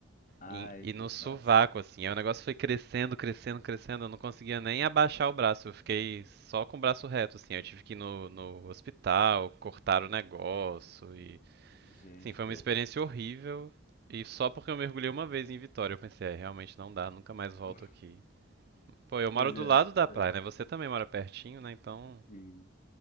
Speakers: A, on the left; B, on the right.
A: Ai,
B: E, e
A: pô,
B: no sovaco,
A: nossa.
B: assim. Aí o negócio foi crescendo, crescendo, crescendo. Eu não conseguia nem abaixar o braço. Eu fiquei só com o braço reto, assim. Eu tive que ir no, no hospital, cortar o negócio. E,
A: Gente,
B: assim, foi
A: que
B: uma
A: horror.
B: experiência horrível. E só porque eu mergulhei uma vez em Vitória, eu pensei, é, realmente não dá, nunca mais volto
A: <laughs>
B: aqui. Pô, eu
A: Pois
B: moro do
A: é,
B: lado da praia,
A: exatamente.
B: né? Você também mora pertinho, né? Então
A: Sim.